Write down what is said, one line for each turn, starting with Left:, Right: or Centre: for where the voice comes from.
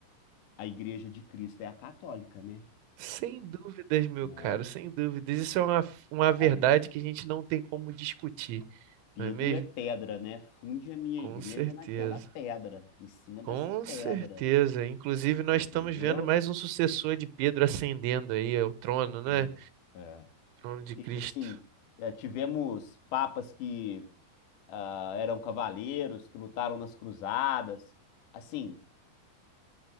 Left: A Igreja de Cristo é a católica, né?
Right: Sem dúvidas, meu
Left: Né?
Right: caro, sem dúvidas. Isso é uma, uma verdade
Left: Aí
Right: que a gente não tem como discutir,
Left: Pedro
Right: não é mesmo?
Left: é pedra, né? Funde a minha
Right: Com
Left: igreja
Right: certeza,
Left: naquela pedra, em cima
Right: com
Left: dessa pedra,
Right: certeza. Inclusive, nós
Left: entendeu?
Right: estamos vendo mais um sucessor de Pedro ascendendo aí ao trono, né?
Left: Pô, é.
Right: Trono de
Left: E,
Right: Cristo.
Left: Sim, eh, tivemos papas que ah, eram cavaleiros, que lutaram nas cruzadas. Assim,